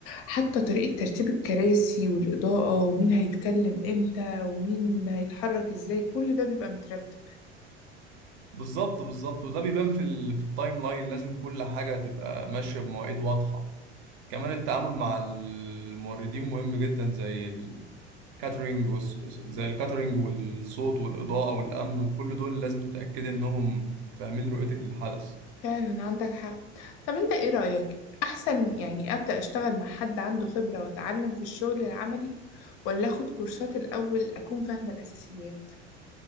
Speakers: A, on the left; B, on the right.
A: حتى طريقة ترتيب الكراسي والإضاءة ومين هيتكلم امتى ومين هيتحرك ازاي كل ده بيبقى مترتب
B: بالظبط بالظبط وده بيبان في ال... في التايم لاين لازم كل حاجة تبقى ماشية بمواعيد واضحة كمان التعامل مع الموردين مهم جدا زي كاترينج وس- زي الكاترينج والصوت والإضاءة والأمن وكل دول لازم تتأكدي إنهم فاهمين رؤيتك للحدث
A: فعلا عندك حق طب انت ايه رأيك احسن يعني ابدأ اشتغل مع حد عنده خبرة واتعلم في الشغل العملي ولا اخد كورسات الاول اكون فاهمة الاساسيات